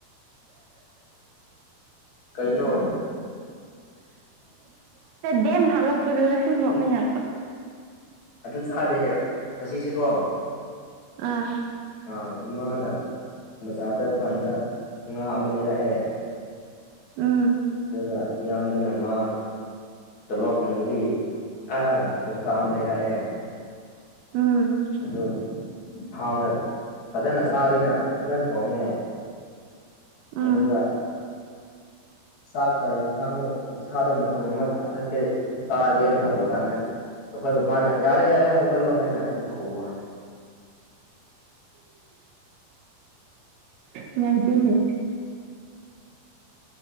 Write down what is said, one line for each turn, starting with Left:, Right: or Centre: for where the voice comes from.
Left: ꯀꯩꯅꯣ
Right: ꯀꯦꯝ ꯍꯥꯞꯂꯛꯄꯗꯨꯗ ꯁꯨꯝ ꯅꯣꯛꯅꯤꯡꯉꯛꯄ
Left: ꯑꯗꯨ ꯆꯥꯗꯦ ꯉꯁꯤꯁꯤꯀꯣ
Right: ꯑꯥ
Left: ꯑ ꯏꯃꯥꯅ ꯕꯖꯥꯔ ꯆꯠꯕ ꯀꯥꯟꯗ ꯉꯥ ꯑꯃ ꯂꯩꯔꯛꯑꯦ
Right: ꯎꯝ
Left: ꯑꯗꯨꯒ ꯏꯌꯥꯝꯕꯅ ꯃꯥ ꯇꫭꯂꯣꯞ ꯐꯪꯕꯒꯤ ꯑꯍ ꯑꫭꯛꯁꯥ ꯑꯃ ꯂꯩꯔꯛꯑꯦ
Right: ꯎꯝ
Left: ꯑꯗꯨ ꯍꯥꯎꯅ ꯐꯖꯅ ꯆꯥꯒꯦꯅ ꯐꯖꯅ ꯊꯣꯡꯉꯦ
Right: ꯎꯝ
Left: ꯑꯗꯨꯒ ꯆꯥꯛꯀ ꯌꯦꯟꯁꯥꯡꯗꯣ ꯎꯛꯁꯥꯗ ꯃꯇꯨꯝ ꯑꯃ ꯆꯥꯛꯈꯠꯀꯦ ꯆꯥꯔꯒꯦꯅ ꯇꯧꯔꯤꯀꯥꯟꯗ ꯑꯩꯈꯣꯏ ꯕꯕꯥꯅ ꯌꯥꯔꯦ ꯌꯥꯔꯦ ꯍꯧꯒꯠꯂꯣ ꯍꯥꯏꯅ ꯑꯩꯕꯨ ꯀꯧꯕ ꯋꯥꯅꯤ
Right: ꯅꯨꯉꯥꯏꯇꯦꯅꯦ